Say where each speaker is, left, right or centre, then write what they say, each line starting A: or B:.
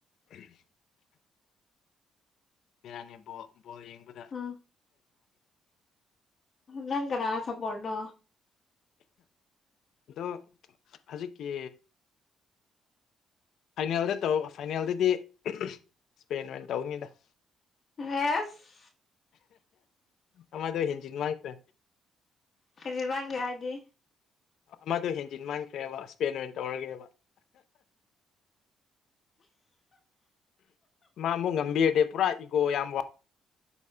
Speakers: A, on the left; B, on the left.
A: ꯎꯝ ꯕꯤꯔꯌꯥꯅꯤꯕꯣ ꯌꯦꯡꯕ
B: ꯎꯝ ꯅꯪ ꯀꯅꯥ ꯆ ꯄꯠꯅꯣ
A: ꯗꯣ ꯍꯧꯖꯤꯛꯀꯤ ꯐꯥꯏꯅꯦꯜꯗ ꯇꯧ ꯐꯥꯏꯅꯦꯜꯗꯗꯤ ꯎꯍꯝ ꯁ꯭ꯄꯦꯟꯅ ꯑꯣꯏꯅ ꯇꯧꯅꯤꯗ
B: <inaudible>
A: ꯑꯃꯗꯣ ꯍꯦꯟꯖꯤꯟꯃꯟꯈ꯭ꯔꯦ
B: <unintelligible> ꯍꯥꯏꯗꯤ
A: ꯑꯃꯗꯣ ꯍꯦꯟꯖꯤꯟ ꯃꯥꯟꯈ꯭ꯔꯦꯕ ꯏꯁꯄꯦꯟ ꯑꯣꯏꯅ ꯇꯧꯔꯒꯦꯕ ꯃꯥꯃꯨꯛ ꯉꯝꯕꯤꯔꯗꯤ ꯄꯨꯔꯥ ꯏꯒꯣ ꯌꯥꯝ ꯋꯥ